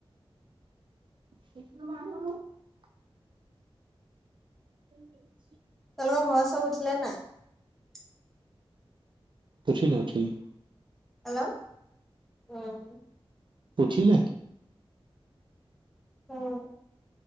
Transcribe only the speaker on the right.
<unintelligible> উম।
উঠিলো, উঠিলো।
উঠিল নাই